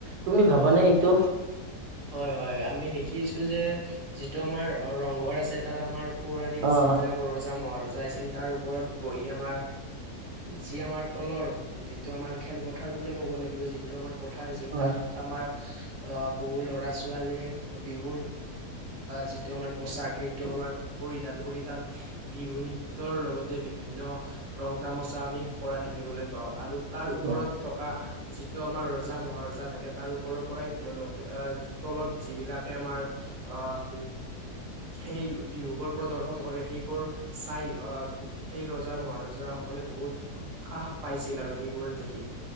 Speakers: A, on the right (about 80°); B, on the right (about 35°).
A: তুমি ভাবানে
B: হয়
A: এইটো
B: হয় হয় আমি দেখিছো যে টো আমাৰ ৰংঘৰ আছে তাত আমাৰ পৌৰাণিক
A: অ
B: যিবিলাক ৰজা মহাৰজা আছে আছিল তাৰ ওপৰত বহি আমাৰ যি আমাৰ তলৰ যিটো আমাৰ খেলপথাৰ বুলিয়ে ক'ব লাগিব যিটো আমাৰ পথাৰ আছিল
A: হয়
B: তাত আমাৰ অ' বহু লৰা ছোৱালী বিহুৰ যিটো আমাৰ পোচাক সেইটো আমাৰ পৰিধান কৰি তাত বিহু নৃট্যৰ লগতে বিভিন্ন ৰং তামচা আমি কৰা দেখিবলৈ পাওঁ আৰু তাৰ ওপৰত
A: হয়
B: থকা যিটো আমাৰ ৰজা মহাৰজা থাকে তাৰ ওপৰৰ পৰাই তেওঁলোক আহ তলত যিবিলাকে আমাৰ আহ সেই বিহুবোৰ প্ৰদৰ্শন কৰে সেইবোৰ চাই আহ সেই ৰজা মহাৰজাাসকলে বহুত উ উৎসাহ পাইছিল আৰু সেইবোৰ দেখি